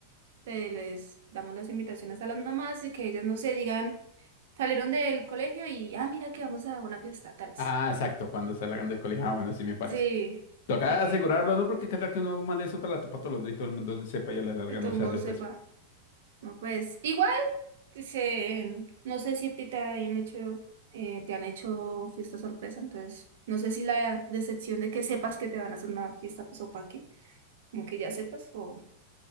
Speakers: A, on the right; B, on the left.
A: eh, les damos las invitaciones a las mamás y que ellas no se digan, salieron del colegio y, ah, mira que vamos a una fiesta, tales.
B: Ah, exacto, cuando salgan del colegio. Ah, bueno, así me parece.
A: Sí,
B: Toca
A: para que
B: asegurarlo, ¿no? Porque cada que uno mande eso a la topa tolondra y todo el mundo sepa y a la larga
A: el tongo
B: no sea sorpresa.
A: sepa. No, pues, igual, dicen, no sé si a ti te han hecho, eh, te han hecho fiesta sorpresa, entonces, no sé si la decepción de que sepas que te van a hacer una fiesta, pues, o pa' qué, como que ya sepas o